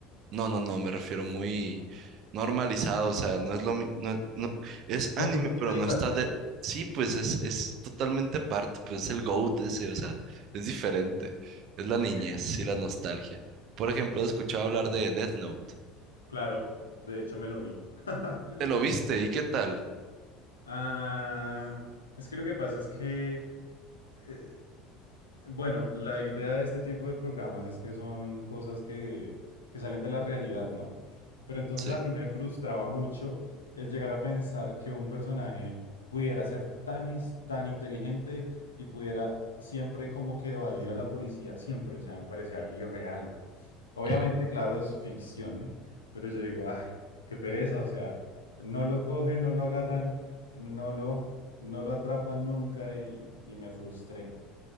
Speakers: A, on the right; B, on the left.
A: No, no, no, me refiero muy normalizado, o sea, no es lo mi- no, no, es anime,
B: No se siente
A: pero
B: igual.
A: no está de, sí, pues es, es totalmente aparte, pues es el GOAT ese, o sea, es diferente, es la
B: Ok,
A: niñez y la nostalgia. Por ejemplo, he escuchado hablar de Death Note.
B: claro, de hecho me lo vi. <laughs>
A: ¿Te lo viste y qué tal?
B: Sí. Ah, es que lo que pasa es que, eh, bueno, la idea de este tipo de programas es que son cosas que, que salen de la realidad, ¿no? Pero entonces
A: Sí.
B: a mí me frustraba mucho el llegar a pensar que un personaje pudiera ser tan, es- tan inteligente y pudiera siempre como que evadir a la policía, siempre, o sea, me parecía irreal. Obviamente,
A: ujú.
B: claro, es ficción, pero yo digo, ah, qué pereza, o sea, no lo cogen, no lo agarran, no lo, no lo atrapan nunca y, y me frustré.